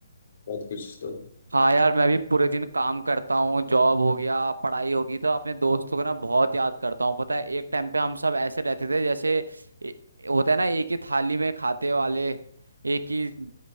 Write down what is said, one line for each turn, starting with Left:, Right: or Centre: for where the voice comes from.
Left: बहुत कुछ तो
Right: हाँ यार मैं भी पूरे दिन काम करता हूँ जॉब हो गया पढ़ाई होगी तो अपने दोस्तों को ना बहुत याद करता हूँ पता है एक टाइम पे हम सब ऐसे रहते थे जैसे ए- होता है ना एक ही थाली में खाते वाले एक ही